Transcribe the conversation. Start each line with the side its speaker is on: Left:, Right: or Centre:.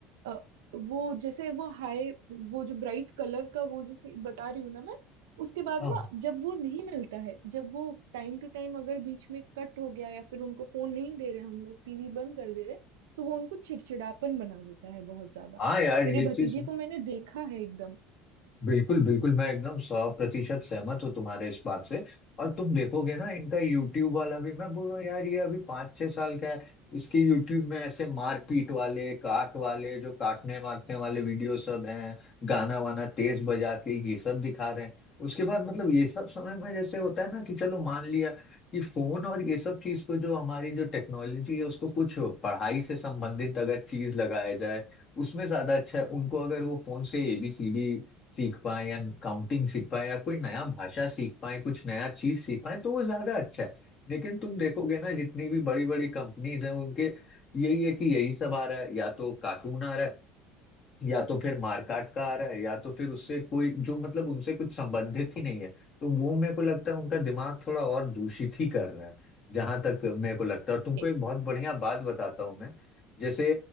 Right: अ, वो जैसे वो हाई वो जो ब्राइट कलर का वो जो से- बता रही हूँ ना मैं उसके बाद
Left: हाँ
Right: ना जब वो नहीं मिलता है जब वो टाइम टू टाइम अगर बीच में कट हो गया या फिर उनको फोन नहीं दे रहे हम लोग टीवी बंद कर दे रहे तो वो उनको चिड़चिड़ापन बना देता है बहुत ज्यादा
Left: हाँ यार
Right: मेरे
Left: ये चीज
Right: भतीजे को मैंने देखा है एकदम
Left: बिल्कुल बिल्कुल मैं एकदम सौ प्रतिशत सहमत हूँ तुम्हारे इस बात से और तुम देखोगे ना इनका यूट्यूब वाला भी मैं बोल रहा हूँ यार ये अभी पाँच छह साल का है इसके यूट्यूब में ऐसे मारपीट वाले काट वाले जो काटने मारने वाले वीडियो सब हैं गाना वाना तेज बजा के ये सब दिखा रहे हैं उसके बाद मतलब ये सब समय में जैसे होता है ना कि चलो मान लिया कि फोन और ये सब चीज को जो हमारी जो टेक्नोलॉजी है उसको कुछ पढ़ाई से संबंधित अगर चीज लगाया जाए उसमें ज्यादा अच्छा है उनको अगर वो फोन से एबीसीडी सीख पाए या काउंटिंग सीख पाए या कोई नया भाषा सीख पाए कुछ नया चीज सीख पाए तो वो ज्यादा अच्छा है लेकिन तुम देखोगे ना जितनी भी बड़ी बड़ी कंपनीज हैं उनके यही है कि यही सब आ रहा है या तो कार्टून आ रहा है या तो फिर मारकाट का आ रहा है या तो फिर उससे कोई जो मतलब उनसे कुछ संबंधित ही नहीं है तो वो मेरे को लगता है उनका दिमाग थोड़ा और दूषित ही कर रहा है जहां तक मेरे को लगता है और तुमको
Right: ए-
Left: एक बहुत बढ़िया बात बताता हूँ मैं जैसे